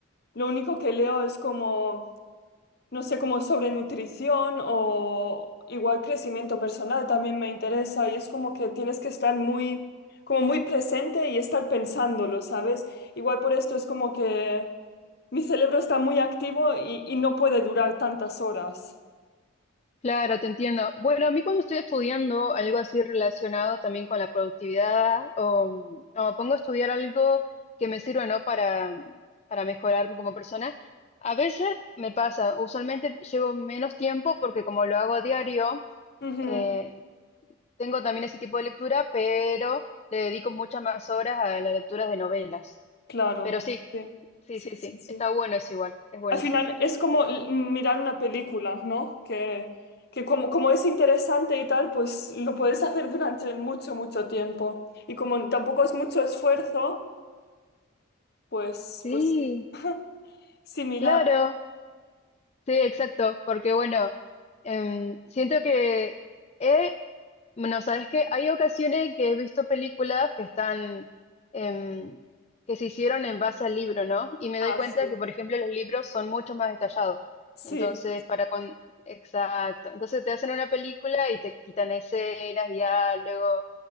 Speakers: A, on the left (about 50°); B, on the left (about 30°).
A: lo único que leo es como, no sé, como sobre nutrición o igual crecimiento personal también me interesa y es como que tienes que estar muy, como muy presente y estar pensándolo, ¿sabes? Igual por esto es como que... Mi cerebro está muy activo y, y no puede durar tantas horas.
B: Claro, te entiendo. Bueno, a mí cuando estoy estudiando algo así relacionado también con la productividad, o, o pongo a estudiar algo que me sirva, ¿no? Para, para mejorarme como persona, a veces me pasa, usualmente llevo menos tiempo porque como lo hago a diario,
A: Ujú,
B: eh, tengo también ese tipo de lectura, pero le dedico muchas más horas a las lecturas de novelas.
A: claro,
B: Pero sí,
A: sí,
B: sí,
A: sí,
B: sí,
A: sí,
B: sí,
A: sí.
B: está bueno eso igual, es buenísimo.
A: Al final es como l- mirar una película, ¿no? Que, que como, como es interesante y tal, pues lo puedes hacer durante mucho, mucho tiempo. Y como tampoco es mucho esfuerzo, pues,
B: Sí,
A: pues sí. Similar.
B: claro. Sí, exacto, porque bueno, em, siento que, eh, bueno, sabes que hay ocasiones que he visto películas que están, em, que se hicieron en base al libro, ¿no? Y me
A: Ah,
B: doy cuenta
A: sí.
B: que, por ejemplo, los libros son mucho más detallados.
A: Sí.
B: Entonces, para cuando, exacto, entonces te hacen una película y te quitan escenas, diálogo,